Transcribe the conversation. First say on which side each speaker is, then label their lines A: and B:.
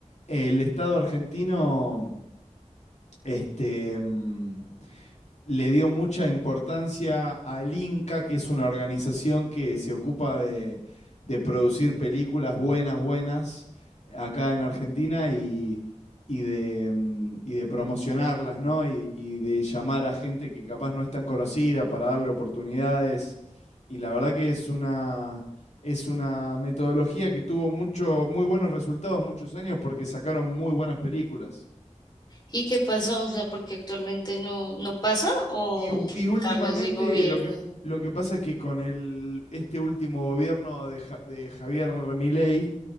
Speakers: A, on the left; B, on the left.
A: el Estado argentino, este, mm, le dio mucha importancia al Inca, que es una organización que se ocupa de, de producir películas buenas, buenas, acá en Argentina y, y de, mm, y de promocionarlas, ¿no? Y, y de llamar a gente que capaz no es tan conocida para darle oportunidades. Y la verdad que es una, es una metodología que tuvo mucho, muy buenos resultados muchos años porque sacaron muy buenas películas.
B: ¿Y qué pasó? O sea, porque actualmente no, no pasa o
A: Y, u- y últimamente
B: cambios de gobierno.
A: lo que, lo que pasa es que con el, este último gobierno de, Ja- de Javier Milei